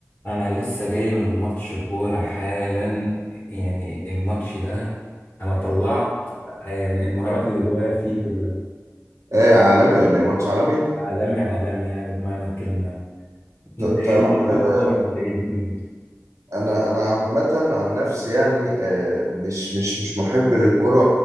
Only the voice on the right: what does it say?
ايه عالمي ولا ايه ماتش عالمي
ط-
طب
آه،
انا انا عامه عن نفسي يعني آه، مش مش مش محب للكره